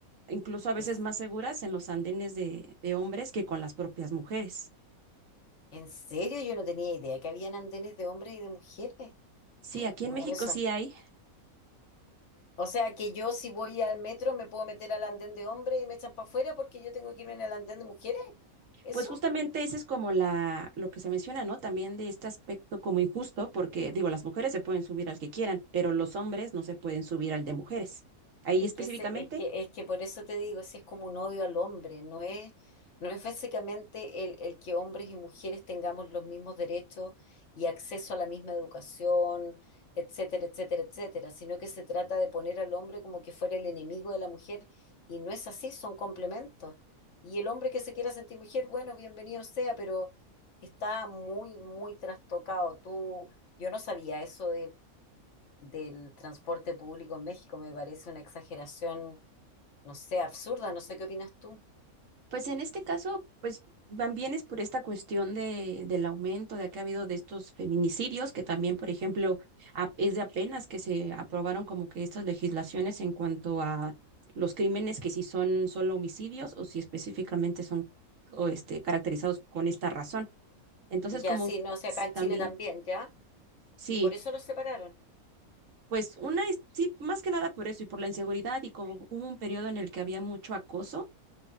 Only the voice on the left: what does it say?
en-
¿en serio, yo no tenía idea que habían andenes de hombres y de mujeres.
No,
eso.
O sea que yo si voy al metro me puedo meter al andén de hombres y me echan para afuera porque yo tengo que irme en el andén de mujeres. ¿Eso?
Es
que ese- es que, es que por eso te digo, si es como un odio al hombre, no es, no es básicamente el, el que hombres y mujeres tengamos los mismos derechos y acceso a la misma educación, etcétera, etcétera, etcétera, sino que se trata de poner al hombre como que fuera el enemigo de la mujer, y no es así, son complementos. Y el hombre que se quiera sentir mujer, bueno, bienvenido sea, pero está muy, muy trastocado. Tú, yo no sabía eso del transporte público en México me parece una exageración, no sé, absurda, no sé qué opinas tú.
Ya,
sí, no sé,
acá en
Chile también, ¿ya?
Y por eso los separaron.